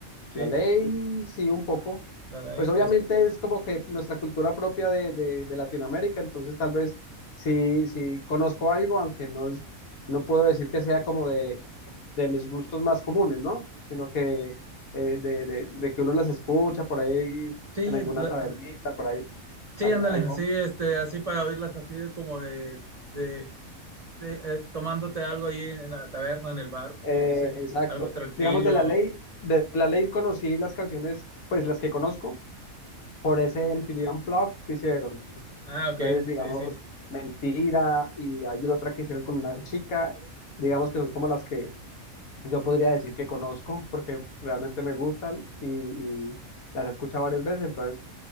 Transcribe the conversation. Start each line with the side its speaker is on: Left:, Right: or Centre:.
Right: sí,
Left: La Ley, sí, un poco.
Right: La Ley,
Left: Pues obviamente
Right: es-
Left: es como que nuestra cultura propia de, de, de Latinoamérica, entonces tal vez sí, sí, conozco algo, aunque no, es- no puedo decir que sea como de de mis gustos más comunes, ¿no? Sino que eh, de, de- de que uno las escucha por ahí
Right: sí,
Left: en alguna
Right: la-
Left: tabernita, por ahí,
Right: sí,
Left: algo,
Right: ándale,
Left: algo,
Right: sí, este, así para oírlas así como de, de de- eh, tomándote algo ahí en la taberna, en el bar,
Left: eh,
Right: que dice
Left: exacto.
Right: algo tranquilo.
Left: Digamos, de la ley, de la ley conocí las canciones, pues las que conozco, por ese
Right: Ok.
Left: MTV Unplugged que hicieron.
Right: Ah, ok,
Left: Entonces, digamos,
Right: sí, sí.
Left: Mentira y hay otra que hicieron con una chica, digamos que son como las que yo podría decir que conozco, porque realmente me gustan y, y las he escuchado varias veces, entonces